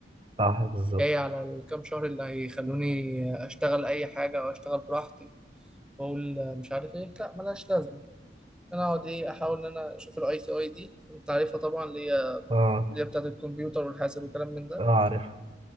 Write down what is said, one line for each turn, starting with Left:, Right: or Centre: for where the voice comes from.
Right: صح بالظبط
Centre: جاي على الكام شهر اللي هيخلوني اشتغل اي حاجه او اشتغل براحتي واقول مش عارف ايه لا ملهاش لازمه انا اقعد ايه احاول ان انا اشوف الاي تي اي دي انت عارفها طبعا اللي هي
Right: اه
Centre: اللي هي بتاعت الكمبيوتر والحاسب والكلام من ده
Right: اه عارف